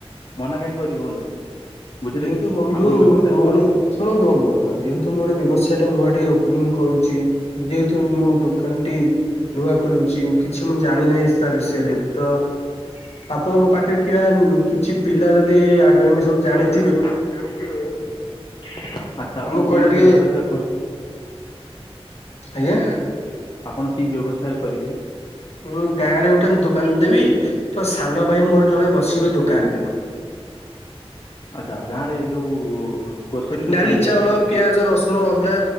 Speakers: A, on the left; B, on the left.
A: ମନା କାହିଁ କରିବି ବନ୍ଧୁ। ବୁଝିଲେ
B: ଯେହେତୁ
A: କି
B: ବନ୍ଧୁ
A: ଆପଣ
B: ମୁଁ
A: ବ୍ୟବସାୟ
B: ଗୋଟେ
A: କରନ୍ତୁ
B: <unintelligible> ଶୁଣନ୍ତୁ ବନ୍ଧୁ ଆ ଯେହେତୁ ମୁଁ ଗୋଟେ ବେବସାୟଟା ନୂଆ ଟିକେ ଓପନିଂ କରୁଚି ଯେହେତୁ ମୋ ଦୋକାନଟି ନୂଆ ଖୋଲୁଚି କିଛି ମୁଁ ଜାଣି ନାହିଁ ସ୍ ତା ବିଷେୟେରେ ତ ଆପଣଙ୍କ ପାଖେରେ କିିଏ ଉଁ କିଛି ପିଲା ଯଦି ଆଗାମୀ ସବୁ ଜାଣି
A: ତା <unintelligible> ସବୁ ଜାଣିଥିବେ ଆଚ୍ଛା ଆପଣ
B: ଆମକୁ କହିଲେ
A: କୌଣସି
B: ଟିକେ
A: ବ୍ୟବସାୟ କରିବେ।
B: ଆଜ୍ଞା।
A: ଆପଣ କି ବ୍ୟବସାୟ କରିବେ?
B: ମୁଁ ଗାଁରେ ଗୋଟେ ଦୋକାନ ଦେବି ତ ସାନ ଭାଇ ମୋର ଜଣେ ବସିବେ ଦୋକାନରେ।
A: ଆଚ୍ଛା ଗାଁରେ ଏ ଯୋଉ ଗୋସରୀ ଦୋକାନ
B: ଡାଲି
A: ଦେବେ
B: ଚାଉଳ
A: ବୋଧେ।
B: ପିଆଜ ରସୁ ଉଣ ଅଦା